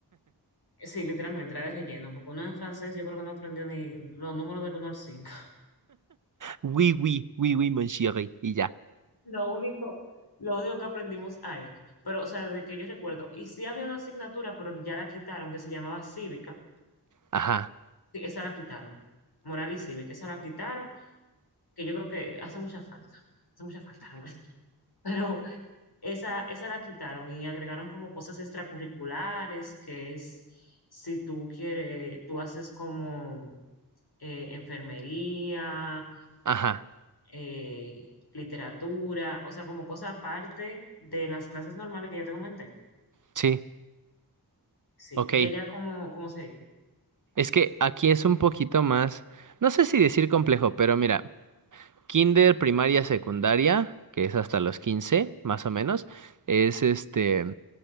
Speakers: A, on the left; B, on the right.
A: Sí, literalmente era de relleno, porque uno en francés yo creo que no aprendió ni los números del uno al 5.
B: oui, oui, oui, oui, mon chéri, y ya.
A: Lo único, lo único que aprendimos ahí, pero o sea, de que yo recuerdo, y sí había una asignatura, pero ya la quitaron, que se llamaba cívica,
B: Ajá,
A: sí, esa la quitaron, moral y cívica, esa la quitaron, que yo creo que hace mucha falta, hace mucha falta realmente, <laughs> pero esa, esa la quitaron y agregaron como cosas extracurriculares, que es si tú quieres, tú haces como eh, enfermería,
B: ajá,
A: eh, literatura, o sea, como cosa aparte de las clases normales que ya te comenté.
B: sí,
A: Sí,
B: ok.
A: y allá cómo cómo sería.
B: Es que aquí es un poquito más, no sé si decir complejo, pero mira, kinder, primaria, secundaria, que es hasta los 15 más o menos, es este.